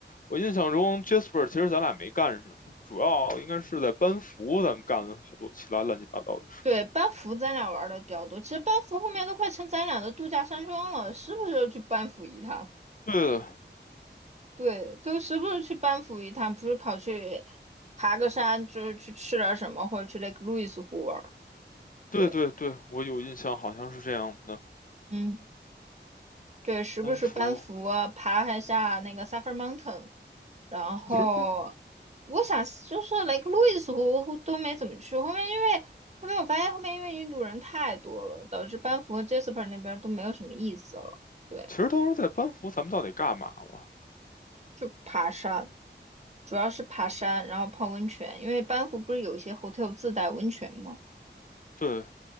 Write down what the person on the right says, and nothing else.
对，班夫咱俩玩的比较多，其实班夫后面都快成咱俩的度假山庄了，时不时就去班夫一趟，
对，就时不时去班夫一趟，不是跑去爬个山，就是去吃点什么，或者去那个 k e l o u i s 湖玩
对，
嗯，对，时不时班夫啊爬一下那个
s u f f i r Mountain。然后我想就是雷克路易斯湖湖都没怎么去，
后面因为后面我发现后面因为印度人太多了，导致班夫和 Jasper 那边都没有什么意思了。对，
就爬山，主要是爬山，然后泡温泉，因为班夫不是有一些 hotel 自带温泉吗？